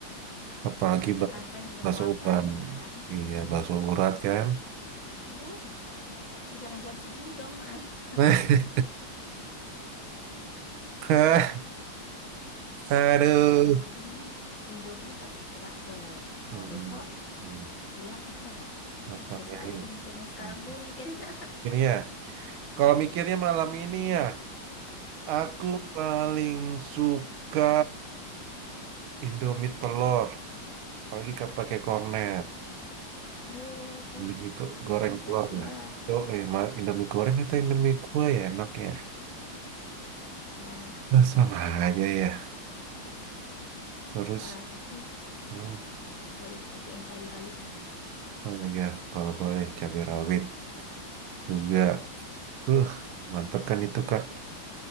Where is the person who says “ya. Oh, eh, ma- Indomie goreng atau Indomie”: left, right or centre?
Right